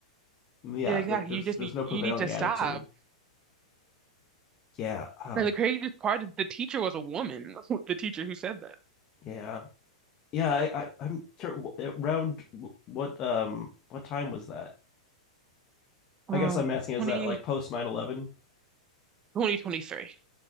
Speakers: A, on the left (about 30°); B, on the right (about 25°).
A: Yeah,
B: Yeah, exactly.
A: that there's
B: You just
A: there's
B: need
A: no prevailing
B: you need to stop.
A: attitude. Yeah. Oh,
B: And the craziest part is the teacher was a woman, <laughs> the teacher who said that.
A: yeah, yeah. I, I I'm curious. Around what um what time was that?
B: uh,
A: I guess I'm asking, is
B: 20,
A: that like post 9 11?
B: 2023.